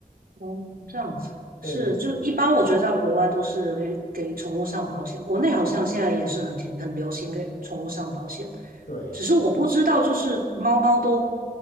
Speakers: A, on the right; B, on the left.
A: 哦，这样子是，
B: 对对对
A: 就一般我觉得在国外都是给给宠物上保险，国内好像现在也是很挺很流行给宠物上保险，
B: 对，
A: 只是我不知道，就是猫猫都